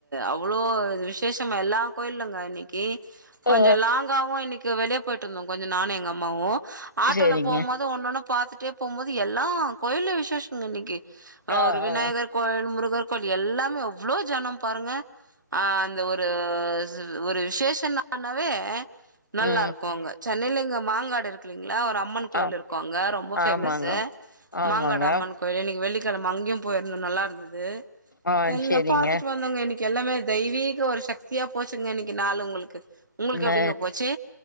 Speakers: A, on the right; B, on the left.
A: அவ்வளோ இது விசேஷமாக எல்லா கோயில்லங்க இன்னைக்கி கொஞ்ச
B: ஆ
A: லாங்காவு இன்னைக்கு வெளியே போயிட்டு இருந்தோ கொஞ்ச நானு எங்க அம்மாவு ஆட்டோல
B: சேரிங்க
A: போகும் போது ஒன்னு ஒன்னு பாத்துட்டே போம்போது எல்லா கோயில்ல விசேஷங்க இன்னைக்கு
B: ஆ
A: ஒரு விநாயகர்
B: ஆ
A: கோவில் முருகர் கோவில் எல்லாமே எவ்ளோ ஜனம் பாருங்க ஆ அந்த ஒரு ஒரு விசேஷம்னாவே நல்லா
B: ம்
A: இருக்கு அங்க சென்னையில இங்க மாங்காடு இருக்குல்லைங்களா ஒரு அம்மன் கோயில்
B: ஆ
A: இருக்கு அங்க ரொம்ப
B: ஆமாங்க
A: ஃபேமஸ்ஸு
B: ஆமாங்க
A: மாங்காடு அம்மன் கோயில் இன்னைக்கு வெள்ளிக்கிழமை அங்கேயும் போயிருந்த நல்லா இருந்தது
B: ஆ
A: எல்லாம்
B: செரிங்க
A: பாத்துட்டு வந்தோங்க இன்னைக்கு எல்லாமே தெய்வீக ஒரு சக்தியா போச்சுங்க இன்னைக்கு நாளு உங்களுக்கு உங்களுக்கு
B: நே
A: எப்படிங்க போச்சு